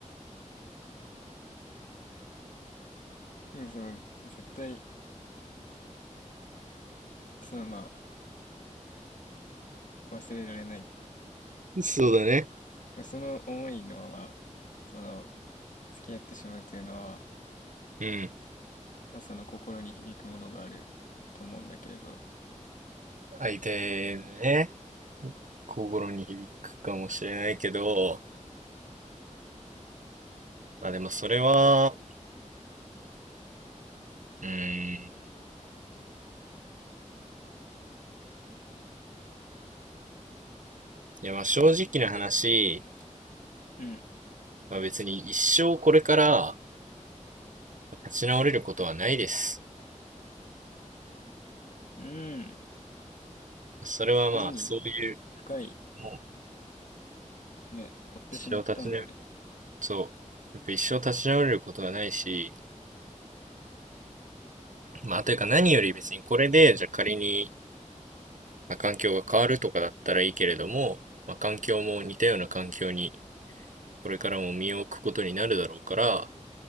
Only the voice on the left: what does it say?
でもその、絶対、その、まあ、忘れられない。
その思いのまま、その、付き合ってしまうというのは、
まあその心に響くものがあると思うんだけれど、
うん、
うん、
心に深い、
ね、追ってしまったんだね。